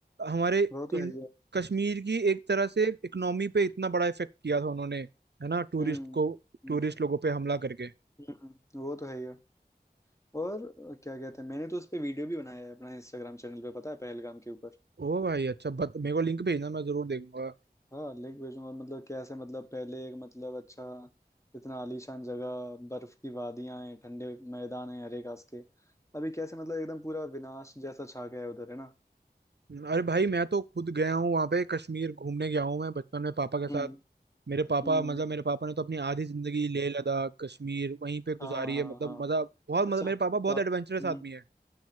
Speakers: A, on the right (about 80°); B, on the left (about 15°).
A: हमारे
B: वो तो
A: इन,
B: है ही है
A: कश्मीर की एक तरह से इकोनॉमी पे इतना बड़ा इफेक्ट किया था उन्होंने है ना टूरिस्ट
B: हम्म
A: को
B: हम्म
A: टूरिस्ट लोगों पे हमला करके
B: हम्म, वो तो है ही है और क्या कहते हैं मैंने तो उस पे वीडियो भी बनाया है अपना इंस्टाग्राम चैनल पे पता है पहलगाम के ऊपर
A: ओ भाई अच्छा बत, मेरे को लिंक भेजना मैं जरूर देखूंगा
B: हाँ लिंक भेजूंगा मतलब कैसे मतलब पहले एक मतलब अच्छा इतना आलीशान जगह बर्फ की वादियां हैं ठंडे मैदान हैं हरे घास के अभी कैसे मतलब एकदम पूरा विनाश जैसा छा गया है उधर है ना
A: अरे भाई मैं तो खुद गया हूँ वहां पे कश्मीर घूमने गया हूँ मैं बचपन में पापा के साथ
B: हम्म
A: मेरे पापा
B: हम्म
A: मतलब मेरे पापा ने तो अपनी आधी जिंदगी लेह लद्दाख कश्मीर वहीं पे गुजारी
B: हाँ हाँ
A: है मतलब
B: हाँ
A: मजा बहुत
B: अच्छा
A: मतलब मेरे
B: आप
A: पापा बहुत
B: आप-
A: एडवेंचरस
B: हम्म
A: आदमी है